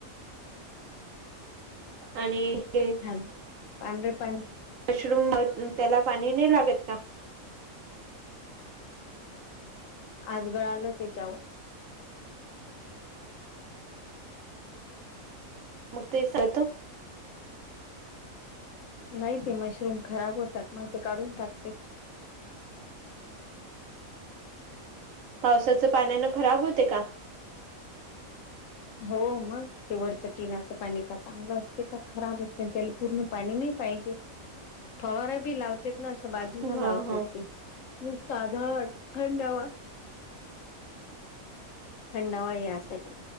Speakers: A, on the right; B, on the left.
A: आणि हे
B: हंना पांढरेपाणी
A: मशरूम म त्याला पाणी नाही लागत का
B: आज गळाल तेच्यावर
A: मग तेचत
B: नाई ते मशरूम खराब होतात मग ते काढून टाकते
A: पावसाचं पाण्यानं खराब होते का
B: हो मग ते वरचं टीनाच पाणी का चांगलं असते का खराब असते आणि त्याला पूर्ण पाणी नाही पाहिल फवार बी लावते न असं बाजूनं
A: हा
B: लावतेत
A: हा
B: ते नुसत साध थंडवा थंडावा यासाठी